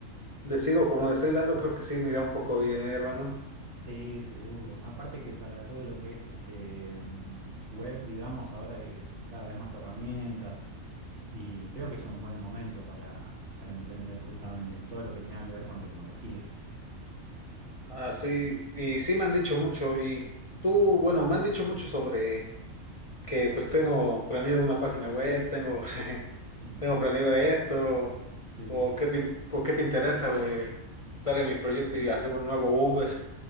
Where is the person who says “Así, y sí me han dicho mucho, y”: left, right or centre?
Left